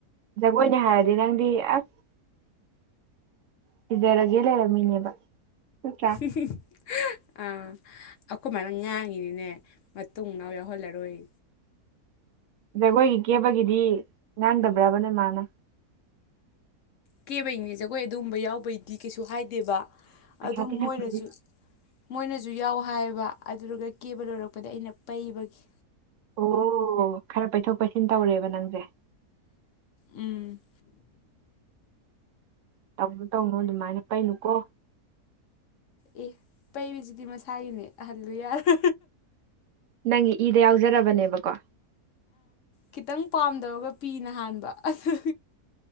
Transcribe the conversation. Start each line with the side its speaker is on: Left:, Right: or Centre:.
Right: ꯖꯒꯣꯏꯅꯦ ꯍꯥꯏꯔꯗꯤ ꯅꯪꯗꯤ ꯑꯁ ꯁꯤꯖꯔꯒꯦ ꯂꯩꯔꯕꯃꯤꯅꯦꯕ ꯅꯠꯇꯔꯥ
Left: ꯑꯥ <unintelligible> ꯑꯩꯈꯣꯏꯃꯥꯏꯅ ꯉꯥꯡꯉꯤꯅꯤꯅꯦ ꯃꯇꯨꯡ ꯃꯅꯥꯎ ꯌꯥꯎꯍꯜꯂꯔꯣꯏ
Right: ꯖꯒꯣꯏꯒꯤ ꯀꯦꯕꯒꯤꯗꯤ ꯉꯥꯡꯗꯕ꯭ꯔꯕ ꯅꯣꯏ ꯃꯥꯅ
Left: ꯀꯦꯕꯩꯅꯦ ꯖꯒꯣꯏ ꯑꯗꯨꯒꯨꯝꯕ ꯌꯥꯎꯕꯩꯗꯤ ꯀꯩꯁꯨ ꯍꯥꯏꯗꯦꯕ
Right: ꯄꯩꯁꯥ
Left: ꯑꯗꯨꯝ
Right: ꯇꯤꯡꯍꯟꯕꯒꯤ
Left: ꯃꯣꯏꯅꯁꯨ ꯃꯣꯏꯅꯁꯨ ꯌꯥꯎ ꯍꯥꯏꯌꯦꯕ ꯑꯗꯨꯗꯨꯒ ꯀꯦꯕ ꯂꯣꯏꯔꯛꯄꯗ ꯑꯩꯅ ꯄꯩꯕꯒꯤ
Right: ꯑꯣ ꯈꯔ ꯄꯩꯊꯣꯛ ꯄꯩꯁꯤꯟ ꯇꯧꯔꯦꯕ ꯅꯪꯁꯦ
Left: ꯎꯝ
Right: ꯇꯧꯅꯣ ꯇꯧꯅꯨ ꯑꯗꯨꯃꯥꯏꯅ ꯄꯩꯅꯨꯀꯣ
Left: ꯑꯦ ꯄꯩꯔꯤꯁꯤꯗꯤ ꯃꯁꯥꯒꯤꯅꯦ ꯑꯍꯜꯂꯨ ꯌꯥꯔ
Right: ꯅꯪꯒꯤ ꯏꯗ ꯌꯥꯎꯖꯔꯕꯅꯦꯕꯀꯣ
Left: ꯈꯤꯇꯪ ꯄꯥꯝꯗꯕꯒ ꯄꯤꯅ ꯍꯥꯟꯕ ꯑꯗꯨ